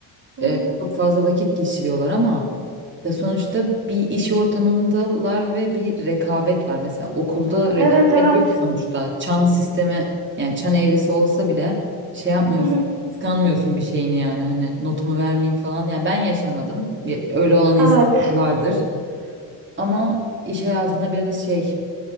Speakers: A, on the right; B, on the right.
A: Hı hı.
B: e, çok fazla vakit geçiriyorlar ama ya sonuçta bir iş ortamındalar ve bir rekabet var. Mesela okulda rekabet
A: Evet evet.
B: yok sonuçta. Çan sistemi yani çan eğrisi olsa bile şey yapmıyorsun.
A: Hı hı.
B: Kıskanmıyorsun bir şeyini yani hani notumu vermeyeyim falan. Yani ben yaşamadım. Ya Öyle olan insan
A: Evet.
B: vardır. Ama iş hayatında biraz şey